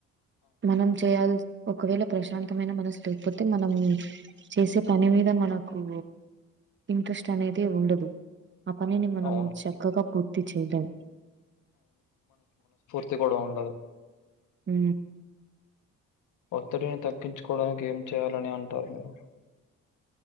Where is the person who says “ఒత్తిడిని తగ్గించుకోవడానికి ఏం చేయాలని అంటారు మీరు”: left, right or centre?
Left